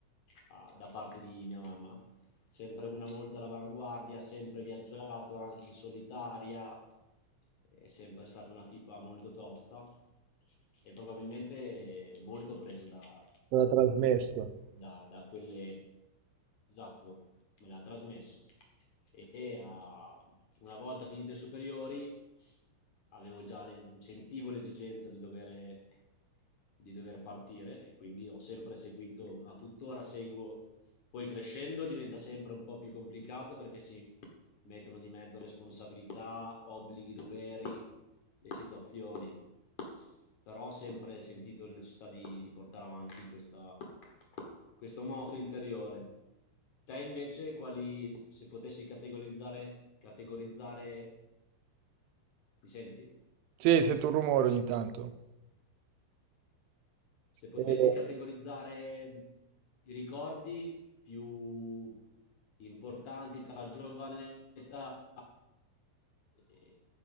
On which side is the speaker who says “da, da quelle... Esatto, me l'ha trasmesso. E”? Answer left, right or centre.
Left